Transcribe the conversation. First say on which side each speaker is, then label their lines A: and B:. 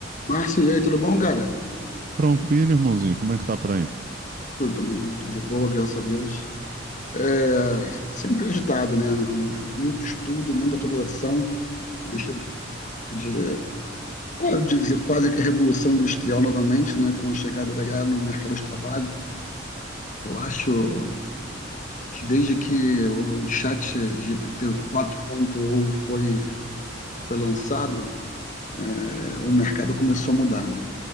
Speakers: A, on the left; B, on the right.
A: Márcio, e aí, tudo bom, cara?
B: Tranquilo, irmãozinho, como é que tá por aí?
A: Tudo também, tudo de boa, graças a Deus. É, sempre agitado, né? Muito estudo, muita atualização. A gente está vendo de, quase dizer, quase que revolução industrial novamente, né? Com a chegada da IA no mercado de trabalho. Eu acho que desde que o chat GPT 4.0 foi, foi lançado, é, o mercado começou a mudar, né?